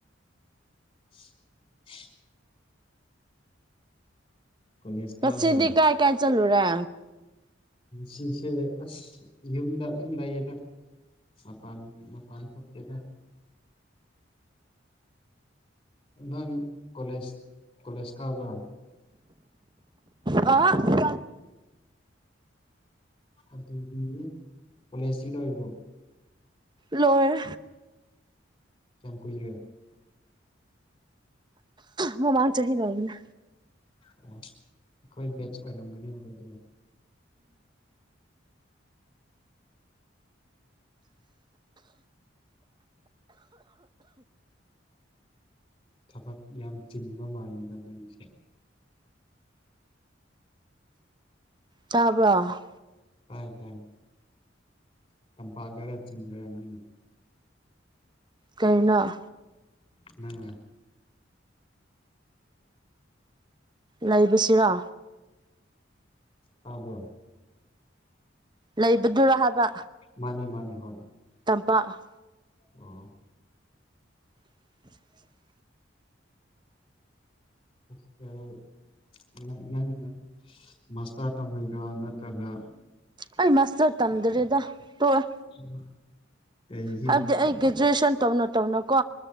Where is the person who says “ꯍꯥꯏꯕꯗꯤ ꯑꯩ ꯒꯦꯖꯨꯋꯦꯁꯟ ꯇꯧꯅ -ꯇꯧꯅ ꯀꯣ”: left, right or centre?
Right